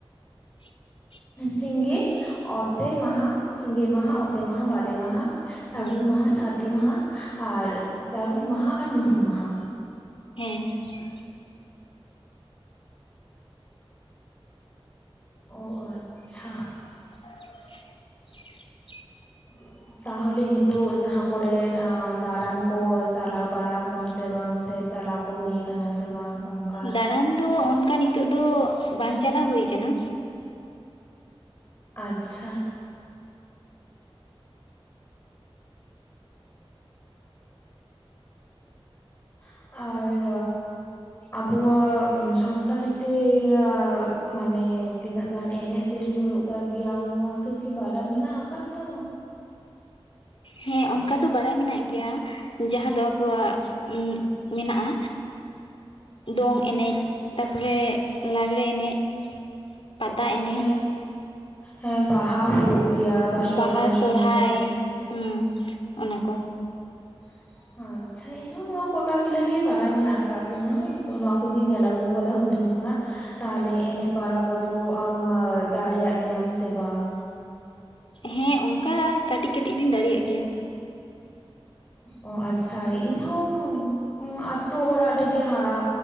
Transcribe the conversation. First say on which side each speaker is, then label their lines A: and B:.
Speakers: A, on the left; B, on the left.
A: <unintelligible>
B: ᱥᱤᱸᱜᱮ, ᱚᱛᱮ ᱢᱟᱦᱟ, ᱥᱤᱸᱜᱮ ᱢᱟᱦᱟ, ᱚᱛᱮ ᱢᱟᱦᱟ, ᱵᱟᱞᱮ ᱢᱟᱦᱟ ᱾ ᱥᱟᱹᱜᱩᱱ
A: ᱦᱩᱸ
B: ᱢᱟᱦᱟ, ᱥᱟᱹᱨᱫᱤ ᱢᱟᱦᱟ ᱟᱨ ᱡᱟᱹᱨᱩᱢ ᱢᱟᱦᱟ ᱟᱨ ᱧᱩᱦᱩᱢ ᱢᱟᱦᱟ ᱾
A: ᱦᱮᱸ ᱾
B: ᱚ ᱟᱪᱪᱷᱟ ᱾
A: <unintelligible>
B: <unintelligible> ᱛᱟᱦᱚᱞᱮ ᱱᱤᱛᱚᱜ ᱡᱟᱦᱟᱸ ᱠᱚᱨᱮ ᱫᱟᱬᱟᱱ ᱠᱚ ᱪᱟᱞᱟᱣ ᱵᱟᱲᱟ ᱟᱠᱟᱱᱟᱢ ᱥᱮ ᱵᱟᱝ? ᱥᱮ ᱪᱟᱞᱟᱣ ᱼᱼ ᱠᱚ ᱦᱩᱭ ᱟᱠᱟᱱᱟ ᱥᱮ ᱵᱟᱝ? ᱚᱱᱠᱟ
A: ᱫᱟᱬᱟᱱ ᱫᱚ ᱚᱱᱠᱟ ᱱᱤ ᱛᱳᱜ ᱫᱚ ᱵᱟᱝ ᱪᱟᱞᱟᱣ ᱦᱩᱭ ᱠᱟᱱᱟ᱾
B: ᱟᱪᱪᱷᱟ᱾ <inaudible> ᱟᱨ ᱟᱵᱚᱣᱟᱜ ᱥᱟᱱᱛᱟᱲᱤ ᱛᱮᱻᱭᱟ, ᱢᱟᱱᱮ ᱛᱤᱱᱟᱹᱜ ᱜᱟᱱ ᱮᱱᱮᱡ ᱥᱮᱨᱮᱧ ᱦᱩᱭᱩᱜ ᱠᱟᱜ ᱜᱮᱭᱟ, ᱟᱢ ᱱᱚᱣᱟ ᱠᱚ ᱠᱤ ᱵᱟᱰᱟᱭ ᱢᱮᱱᱟᱜ ᱟᱠᱟᱫ ᱛᱟᱢᱟ?
A: ᱦᱮᱸ ᱚᱱᱠᱟ ᱫᱚ ᱵᱟᱲᱟᱭ ᱢᱮᱱᱟᱜ ᱜᱮᱭᱟ᱾ ᱡᱟᱦᱟᱸ ᱫᱚ ᱟᱵᱚᱣᱟᱜ ᱢᱮᱱᱟᱜᱼᱟ᱾ ᱫᱚᱝ ᱮᱱᱮᱡ ᱛᱟᱯᱚᱨᱮ ᱞᱟᱜᱽᱲᱮ ᱮᱱᱮᱡ, ᱯᱟᱛᱟ ᱮᱱᱮᱡ
B: ᱦᱮᱸ, ᱦᱮᱸ ᱵᱟᱦᱟ ᱦᱩᱭᱩᱜ ᱜᱮᱭᱟ ᱟᱵᱟᱨ ᱥᱚᱨᱦᱟᱭ
A: ᱵᱟᱦᱟ, ᱥᱚᱨᱦᱟᱭ
B: ᱥᱚᱢᱚᱭ ᱦᱚᱸ
A: ᱦᱩᱸ ᱚᱱᱟᱠᱚ
B: <inaudible> ᱟᱪᱪᱷᱟ, ᱤᱧ ᱦᱚᱸ ᱱᱚᱣᱟ ᱠᱚᱴᱟ ᱜᱤᱞᱟᱹᱜ ᱜᱮ ᱵᱟᱲᱟᱭ ᱢᱮᱱᱟᱜ ᱟᱠᱟᱫ ᱛᱤᱧᱟᱹ, ᱱᱚᱣᱟ ᱠᱚᱜᱤᱧ ᱧᱮᱞ ᱟᱹᱜᱩ ᱟᱠᱟᱫᱟ ᱦᱩᱰᱤᱧ ᱠᱷᱚᱱᱟᱜ, ᱛᱟᱦᱚᱞᱮ ᱮᱱᱮᱡ ᱵᱟᱲᱟ ᱠᱚᱫᱚ ᱟᱢ ᱫᱟᱲᱮᱭᱟᱜ ᱜᱮᱭᱟᱢ ᱥᱮ ᱵᱟᱝ?
A: ᱦᱮᱸ ᱚᱱᱠᱟ ᱠᱟᱹᱴᱤᱡ ᱠᱟᱹᱴᱤᱡ ᱫᱚᱧ ᱫᱟᱲᱮᱭᱟᱜ ᱜᱮᱭᱟ᱾
B: ᱚ ᱟᱪᱪᱷᱟ᱾ ᱤᱧᱦᱚᱸ ᱟᱛᱳ ᱚᱲᱟᱜ ᱨᱮᱜᱮ ᱦᱟᱨᱟ